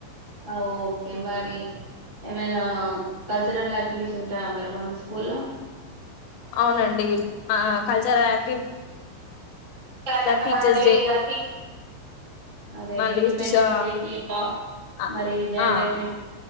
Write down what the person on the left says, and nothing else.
అవునండి మా కల్చర్ యాక్
టీచర్స్ డే
నా లిస్ట్
సా
ఆ
ఆ